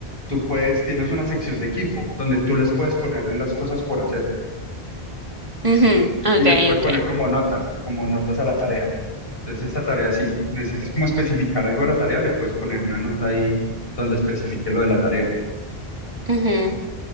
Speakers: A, on the left; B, on the right.
A: tú puedes, tienes una sección de equipo donde tú les puedes poner las cosas por hacer
B: Ujú,
A: y
B: Ok,
A: les puedes
B: ok.
A: poner como notas, como notas a la tarea. Entonces, esta tarea, si necesitas como especificar algo de la tarea, le puedes poner una nota ahí donde especifique lo de la tarea.
B: ujú.